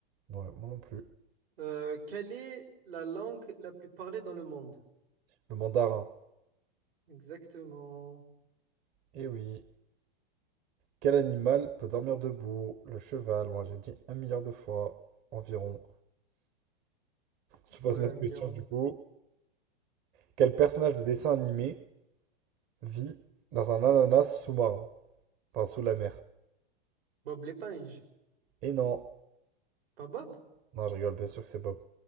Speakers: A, on the right; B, on the right.
A: Ouais, moi non plus.
B: Euh, quelle est la langue la plus parlée dans le monde?
A: Le mandarin.
B: Exactement.
A: Eh oui. Quel animal peut dormir debout? Le cheval, moi j'ai dit un milliard de fois environ. Je te pose
B: Ouais,
A: une autre
B: milliard.
A: question du coup. Quel personnage de dessin animé vit dans un ananas sous-marin? Enfin, sous la mer.
B: Bob l'éponge.
A: Et non.
B: Pas Bob?
A: Non, je rigole, bien sûr que c'est Bob.